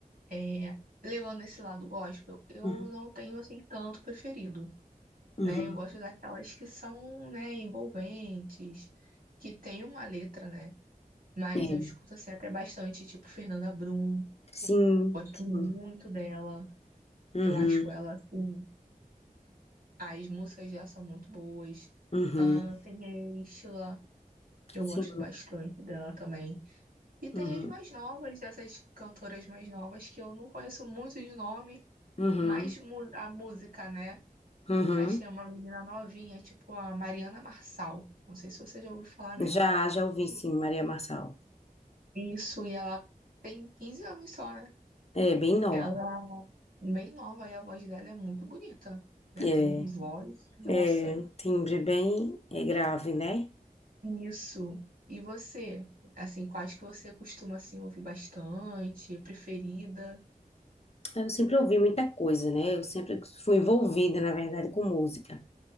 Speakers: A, on the right (about 70°); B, on the left (about 45°).
A: é, levando esse lado gospel, eu
B: Uhum,
A: não tenho assim tanto preferido,
B: uhum.
A: né? Eu gosto daquelas que são, né, envolventes, que tem uma letra, né? Mas
B: É.
A: eu escuto assim até bastante, tipo Fernanda Brum,
B: Sim,
A: gosto
B: sim.
A: muito dela.
B: Uhum,
A: Eu acho ela assim. As músicas dela são muito boas.
B: uhum.
A: Ah, tem a Estila, eu
B: Sim,
A: gosto bastante dela também. E tem
B: uhum,
A: as mais novas, essas cantoras mais novas que eu não conheço muito de nome,
B: uhum,
A: mas mu- a música, né?
B: uhum.
A: Mas tem uma menina novinha, tipo a Mariana Marçal. Não sei se você já ouviu falar nela.
B: Já, já ouvi, sim, Maria Marçal.
A: Isso, e ela tem 15 anos só, né?
B: É, bem nova.
A: Ela é bem nova e a voz dela é muito bonita, né?
B: É.
A: Tem um voz, nossa.
B: É, timbre bem é grave, né?
A: Isso. E você? Assim, quais que você costuma assim ouvir bastante, preferida?
B: Eu sempre ouvi muita coisa, né? Eu sempre fui envolvida, na verdade, com música.